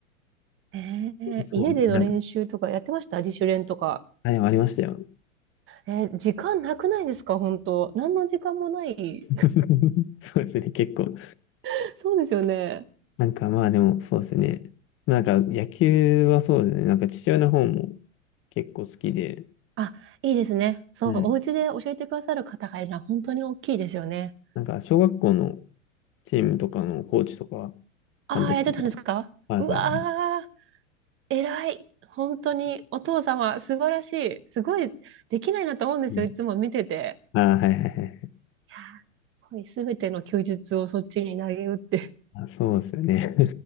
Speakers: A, on the right; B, on the left.
A: ねえー家での練習とかやってました自主練とか。
B: そうですね。なんか、あ、でもありましたよ。
A: えー時間なくないですか本当。何の時間もない。
B: <laughs> そうですね。結構。
A: <laughs> そうですよね。
B: なんかまあでも、そうですね。なんか野球はそうですね。なんか父親の方も結構好きで、
A: あ、いいですね。そう、
B: うん。
A: お家で教えてくださる方がいるのは本当に大きいですよね。
B: なんか、小学校のチームとかのコーチとか、
A: ああ、
B: 監督とか。
A: やってたんですかうわ
B: はいはいはい。
A: ー、偉い。本当にお父様、素晴らしい。すごいできないなと思うんですよ。
B: うん、
A: いつも見てて。
B: あーはいはいはい。
A: いやー、すごい、すべての休日をそっちに投げ打って。
B: あ、そうですよね。